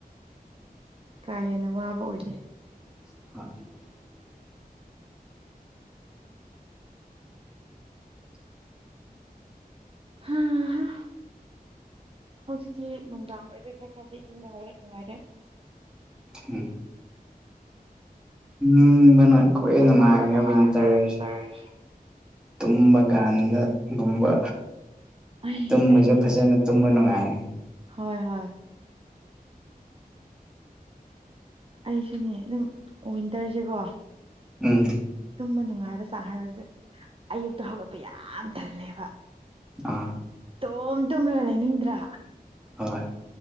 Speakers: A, on the right; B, in the centre.
A: ꯀꯥ ꯍꯦꯟꯅ ꯋꯥꯕ ꯑꯣꯏꯗꯦ
B: <unintelligible>
A: ꯍꯥꯥ ꯍꯥ ꯍꯧꯖꯤꯛꯇꯤ ꯅꯨꯡꯗꯥꯡ ꯑꯣꯏꯕꯩ ꯈꯔ ꯈꯔꯗꯤ ꯏꯪꯕ ꯍꯧꯔꯦ ꯅꯨꯡꯉꯥꯏꯔꯦ
B: ꯎꯝ ꯎꯝ ꯃ ꯀꯣꯏ ꯅꯅꯨꯡꯉꯥꯏ
A: ꯈ꯭ꯋꯥꯏ ꯅꯨꯡꯉꯥꯏꯕꯅꯦ
B: ꯟꯇꯔ
A: ꯋꯤꯟꯇꯔꯁꯦ
B: ꯇꯨꯝꯕ ꯀꯥꯟꯗꯒꯨꯝꯕ
A: ꯑꯩ
B: ꯇꯨꯝꯕꯁꯨ
A: ꯑꯩꯗꯤ
B: ꯐꯖꯅ ꯇꯨꯝꯕ ꯅꯨꯡꯉꯥꯏ
A: ꯍꯣꯏ ꯍꯣꯏ ꯑꯩꯁꯨꯅꯦ ꯑꯗꯨꯝ ꯋꯤꯟꯇꯔꯁꯦꯀꯣ
B: ꯎꯝ
A: ꯇꯨꯝꯕ ꯅꯨꯡꯉꯥꯏꯕ ꯆꯥꯡ ꯍꯥꯏꯕꯁꯦ ꯑꯌꯨꯛꯇ ꯍꯧꯒꯠꯄ ꯌꯥꯝ ꯊꯜꯂꯦꯕ
B: ꯑꯥ
A: ꯇꯣꯝ ꯇꯨꯝꯂꯒ ꯂꯩꯅꯤꯡꯗ꯭ꯔꯥ
B: ꯍꯣꯏ